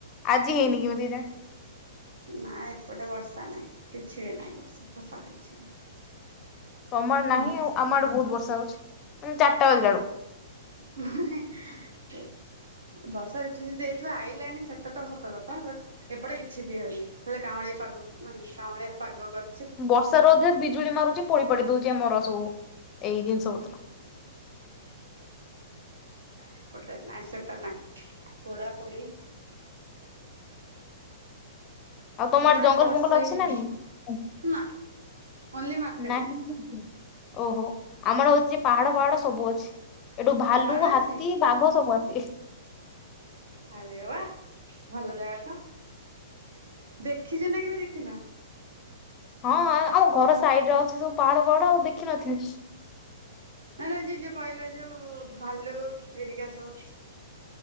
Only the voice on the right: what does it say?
ନା ଏପଟେ ବର୍ଷା ନାହିଁ କିଛି ବି ନାହିଁ ବର୍ଷା ଫର୍ଷା କିଛି ନାହିଁ।
ହୁଁ
ହ <unintelligible> ବର୍ଷା ଏତ ଯଦି ଏଠୁ ଆଇଲାଣି ସେଟା ତ ସତ କଥା ବଟ୍ ଏପଟେ କିଛି ବି ହଉନି ହେଲେ କାଉଁଳି ପାଗ କାଉଁଳିଆ ପାଗ କରି
ଏପଟେ ନାଇଁ ସେଟା ନାଇଁ ପୋଡାପୋଡି
ଏପଟେ
ବର୍ଷା
ହିଁ ହେଇନି
ନା ଓନ୍ଲି ମାର୍କେଟ
ପାହାଡ ଅଛି
ଆରେ ବା ଭଲଜାଗା ତ ଦେଖିଚ ନା କେବେ ଦେଖିନା?
ନାଇଁ ନାଇଁ ଯି ଯୋଉ କହିଲ ଯୋଉ ଭାଲୁ ଗରିଗା ସବୁ।